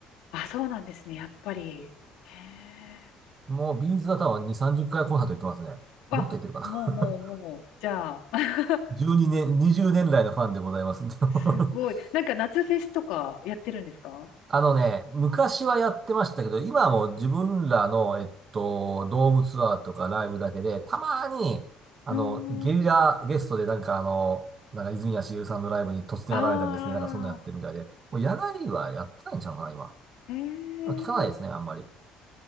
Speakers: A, on the left; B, on the right.
A: あ、そうなんですね、やっぱり。へえ。
B: もう、ビーズは多分2、30回コンサート行ってますね。
A: あ、
B: もっと行ってるかな。
A: もうもうもう、じゃあ、<laughs>
B: <laughs> 12年、20年来のファンでございますんで。<laughs>
A: すごい。なんか夏フェスとかやってるんですか
B: あのね、昔はやってましたけど、今はもう自分らの、えっと、ドームツアーとかライブだけで、たまに、あの、
A: うー
B: ゲリラゲストでなんかあの、
A: ん。
B: なんか泉谷しげるさんのライブに突然現れたりですね、
A: あ
B: なんかそんなやってるみたいで、もう野外はやってないんちゃうかな、今。
A: ー、へえ。
B: あ、聞かないですね、あんまり。